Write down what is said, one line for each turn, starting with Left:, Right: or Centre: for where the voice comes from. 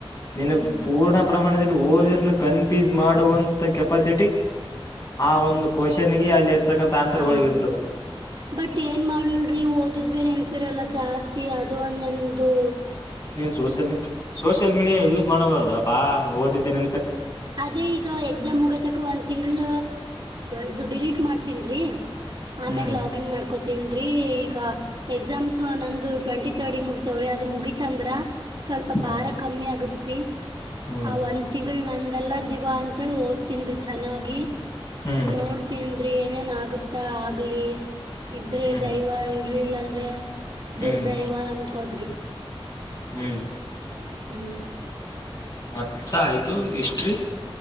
Left: ನಿನಗ
Right: ಹ್ಮ್
Left: ಪೂರ್ಣ ಪ್ರಮಾಣದಲ್ಲಿ ಓದಿರ್ ಕನ್ಫ್ಯೂಸ್ ಮಾಡುವಂತ ಕೆಪಾಸಿಟಿ ಆ ಒಂದು ಕ್ವಶನ್ಗೆ ಅಲ್ಲಿ ಇರ್ತಕ್ಕಂಥ ಆನ್ಸರ್ಗಳೊಳಗ
Right: ಹಾ
Left: ಇರ್ತದ
Right: ಬಟ್ ಏನ್ ಮಾಡಲ್ರಿ ಓದಿದ್ವಿೇ ನೆನ್ಪಿರಲ್ಲ ಜಾಸ್ತಿ ಅದು ಒಂದು ನದು
Left: ನೀನ್ ಸೋಷಿಯಲ್ ಸೋಷಿಯಲ್ ಮೀಡಿಯಾ ಯೂಸ್ ಮಾಡಬಾರ್ದ ಬಾ ಓದಿದ್ದೆನೆ
Right: ಅದೇ ಈಗ ಎಕ್ಸಾಮ್ ಮುಗಿತಕ ಒಂದ್ ತಿಂಗಳ ಇದು ಡಿಲೀಟ್ ಮಾಡ್ತ ತಿನ್ರಿ ಆಮ್ಯಾಗ
Left: ಹ್ಮ್
Right: ಲಾಗಿನ್ ಮಾಡ್ಕ ಕೋತಿನ್ರೀ ಈಗ ಎಕ್ಸಾಮ್ಸ್ ನಂದು ಟ್ವೆಂಟಿ ತರ್ಡ್ಗ್ ಮುಗಿತವ್ರಿ ಅದು ಮುಗಿತ ಅಂದ್ರ ಸ್ವಲ್ಪ
Left: ಹ್ಮ್
Right: ಭಾರ ಕಮ್ಮಿ ಆಗತ್ರಿ
Left: ಹ್ಮ್
Right: ಆ ಒಂದ್ ತಿಂಗ ಗಳು ನಂದೆಲ್ಲ ಜೀವ ಅಂತೇಳಿ ಓದ್ತನ್ರಿ ಚೆನ್ನಾಗಿ
Left: ಹ್ಮ್
Right: ನೋಡ್ತೀನ್ರೀ ಏನೇನ್ ಆಗುತ್ತಾ ಆಗ್ಲಿ ಇದ್ರೆ
Left: ಹ್ಮ್
Right: ದೈವ ಇರ್ಲಿಲ್ಲ ಅಂದ್ರೆ
Left: ಹ್ಮ್
Right: ದುರ್ದೈವ ಅನ್ಕೋದ್ರಿ
Left: ಹ್ಮ್
Right: ಹ್ಮ್
Left: ಮತ್ತ ಐದು ಹಿಸ್ಟರಿ